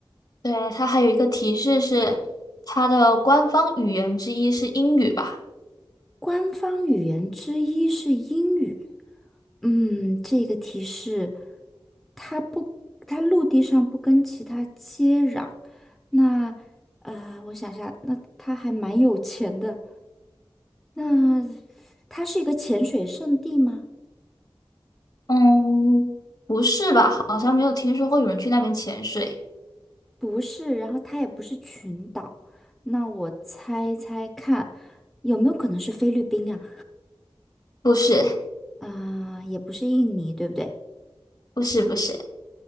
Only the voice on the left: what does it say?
对，它还有一个提示是，它的官方语言之一是英语吧？
嗯，不是吧？好像没有听说过有人去那边潜水。
不是，
不是，不是，